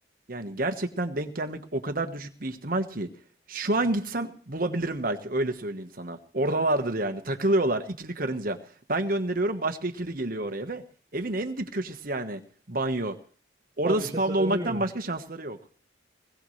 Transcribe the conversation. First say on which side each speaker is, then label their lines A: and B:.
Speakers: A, on the right; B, on the right.
A: Yani gerçekten denk gelmek o kadar düşük bir ihtimal ki şu an gitsem bulabilirim belki öyle söyleyeyim sana. Oradalardır yani takılıyorlar ikili karınca. Ben gönderiyorum başka ikili geliyor oraya ve evin en dip köşesi yani banyo. Orada
B: Abi
A: spawn
B: bir şey sorabilir
A: olmaktan
B: miyim?
A: başka şansları yok.